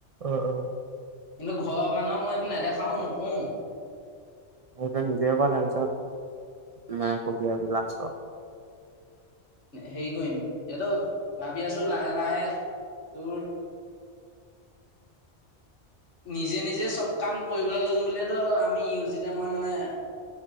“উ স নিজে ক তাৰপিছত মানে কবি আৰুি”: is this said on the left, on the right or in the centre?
Right